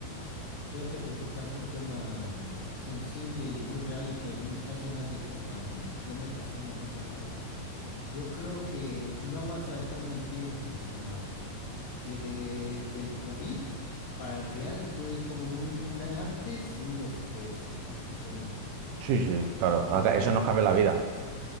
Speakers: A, on the left; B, on the right.
A: Fíjate que tocaste un tema sensible y muy real y que n- casi nadie toca, ¿eh? Tienes razón en esa parte. Yo creo que no vas a dejar mentir, mi estimado, que de, del COVID para el real fue como un antes y un después, ¿sí o no?
B: Sí, sí, claro.
A: Como
B: acá- Eso
A: que
B: nos cambió la vida.